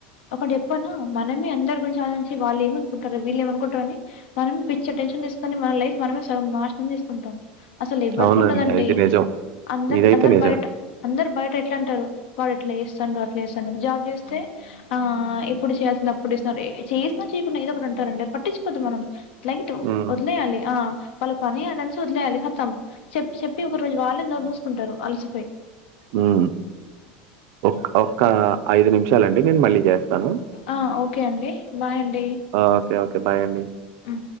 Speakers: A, on the left; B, on the right.
A: ఒకటి చెప్పనా మనమే అందరి గురించి ఆలో చీ వాళ్ళు ఏమనుకుంటారు వీళ్ళే ఏమనుకుంటారు అని మనం పిచ్చ టెన్షన్ తీసు కానీ మన లైఫ్ మనమే సగం నాశనం చేసుకుంటాం అసలు ఎవ్వరికి
B: అవునండి
A: ఉండదండి
B: అది నిజం
A: అందర్
B: ఇదైతే
A: అందరు
B: నిజం
A: బయట అందరు బయట ఎట్ల అంటారు వాడు ఇట్ల చేస్తాండు అట్లా చేస్తాండు జాబ్ జేస్తే ఆ ఎప్పుడు చేయాల్సింది అప్పుడు ఇస్తున్నారు చేసినా చేయకున్న ఏదో ఒకటి అంటారు అండి అది పట్టించుకోద్దు మనం లైట్
B: హ్మ్
A: వదిలేయాలి ఆ వాళ్ళ పనిఅదేనిసి వదిలేయాలి కతం చెప్ప చెప్పి ఒక రోజు వాళ్ళే నోరు మూసుకుంటారు అలసిపోయి
B: హు హు ఓక్ ఒక్క ఐదు నిమిషాలండి నేను మళ్ళీ చేస్తాను
A: ఆ ఒకే అండి బాయ్ అండి
B: ఆ ఒకే ఒకే బాయ్ అండి
A: అ